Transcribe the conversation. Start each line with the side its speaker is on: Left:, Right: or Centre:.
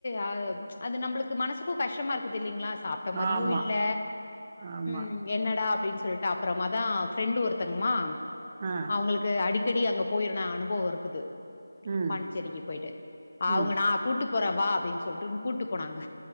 Left: அஹ் அது நம்பளுக்கு மனசுக்கும் கஷ்டமா இருக்குது இல்லைங்களா சாப்ட்ட மாரியு
Right: ஆமா
Left: இல்ல
Right: ஆமா
Left: உம் என்னடா டின்னு சொல்லிட்டு அப்புறமா தான் ஃப்ரெண்டு் ஒருத்தங்க மா
Right: ஆ
Left: அவங்களுக்கு அடிக் க்கடி அங்க போயிருன அனுபவோ இருக்குது ஆ
Right: ம்
Left: பாண்டிச்சேரிக்கு அவங்க
Right: ம்
Left: நா கூட் கூட்டு போற வா அப்டின் சொல்ட்டுன் கூட்டு போனாங்க